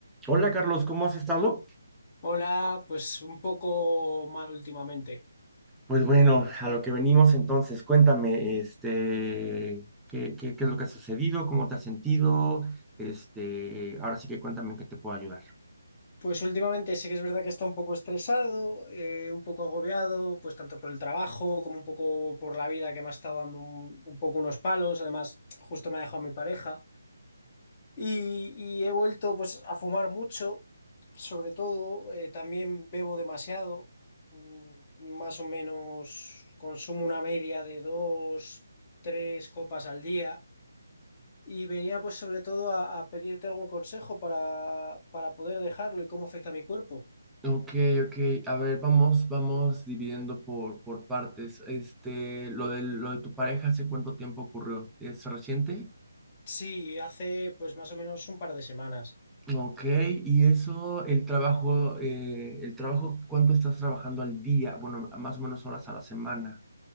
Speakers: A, in the centre; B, on the left.
A: Hola Carlos, ¿cómo has estado?
B: Hola, pues un poco mal últimamente.
A: Pues bueno, a lo que venimos entonces, cuéntame, este, ¿qué, qué, qué es lo que ha sucedido? ¿Cómo te has sentido? Este, ahora sí que cuéntame en qué te puedo ayudar.
B: Pues últimamente sí que es verdad que está un poco estresado, eh, un poco agobiado, pues tanto por el trabajo como un poco por la vida que me ha estado dando un, un poco unos palos. Además, justo me ha dejado mi pareja. Y, y he vuelto pues a fumar mucho, sobre todo. eh, también bebo demasiado. Mm, Más o menos consumo una media de dos, tres copas al día. Y venía pues sobre todo a, a pedirte algún consejo para, para poder dejarlo y cómo afecta a mi cuerpo.
A: Ok, ok. A ver, vamos, vamos dividiendo por, por partes. Este, lo de, lo de tu pareja, ¿hace cuánto tiempo ocurrió? ¿Es reciente?
B: Sí, hace pues más o menos un par de semanas.
A: Ok, y eso, el trabajo, eh, el trabajo, ¿cuánto estás trabajando al día? Bueno, más o menos horas a la semana.